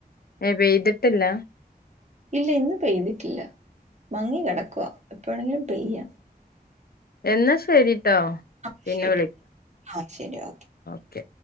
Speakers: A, on the left; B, on the right.
A: ഏ പെയ്ത്ട്ടില്ല
B: ഇല്ല ഇന്ന് പെയ്തിട്ടില്ല മങ്ങി കെടക്കുവാ എപ്പ വെണെങ്കിലും പെയ്യ
A: എന്നാ ശരിട്ടോ
B: ആ
A: പിന്നെ
B: ശരി ആഹ് ശരി ഓക്കെ
A: ക്കെ